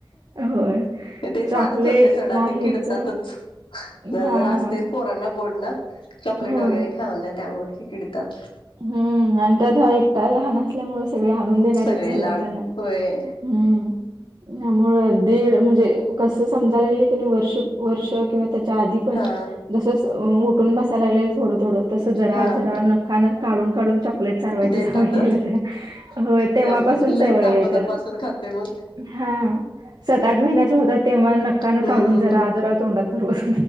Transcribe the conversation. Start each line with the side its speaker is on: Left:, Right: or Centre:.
Right: होय
Left: ते
Right: चॉकलेट
Left: चालूच होते की ते
Right: बाहेरच
Left: ते किडतातच. जरा
Right: हा
Left: जर असतेच
Right: हा
Left: पोरांना गोड न, चॉकलेट
Right: हो
Left: वगैरे खाऊन, त्यामुळे, ते चिडतात.
Right: हम्म आणि त्यात हा एकटा लहान असल्यामुळे सगळे आणून देणारेच
Left: सगळे
Right: झालेत
Left: लाड
Right: त्यांना.
Left: होय
Right: हम्म. त्यामुळं दीड म्हणजे कस समजायला गेलं की नाही वर्ष- वर्ष किंवा त्या त्या आधी पण
Left: हा
Right: जस उठून बसायला लागले थोड थोड तस जरा
Left: हा
Right: जरा नखाने - काढून काढून चॉ लेट चारवायची
Left: देतातच
Right: सवय केली त्याला, हो, तेव्हापासून
Left: त्यामुळे लईच
Right: सवय
Left: अगोदर
Right: आहे त्याला.
Left: पासून खातोय मग
Right: हा सात आठ महिन्याचा होत तेव्हा नक्का न
Left: हम्म
Right: काढून
Left: हम्म
Right: जरा
Left: हम्म
Right: जरा तोंडात भरवत.